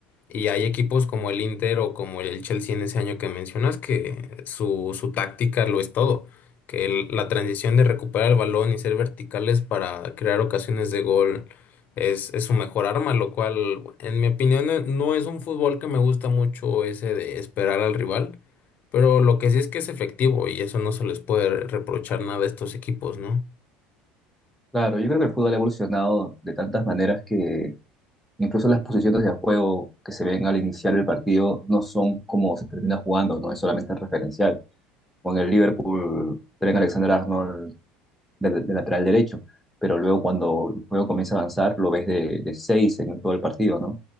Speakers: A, on the left (about 45°); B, in the centre.
A: Y hay equipos como el Inter o como el Chelsea en ese año que mencionas que su, su táctica lo es todo. Que el- la transición de recuperar el balón y ser verticales para crear ocasiones de gol es, es su mejor arma, lo cual, en mi opinión, eh, no es un fútbol que me gusta mucho ese de esperar al rival, pero lo que sí es que es efectivo y eso no se les puede reprochar nada a estos equipos, ¿no?
B: Claro, yo creo que el fútbol ha evolucionado de tantas maneras que incluso las posiciones de juego que se ven al iniciar el partido no son como se termina jugando, no es solamente referencial. Con el Liverpool, Trent Alexander-Arnold de, de lateral derecho, pero luego cuando el juego comienza a avanzar lo ves de, de seis en todo el partido, ¿no?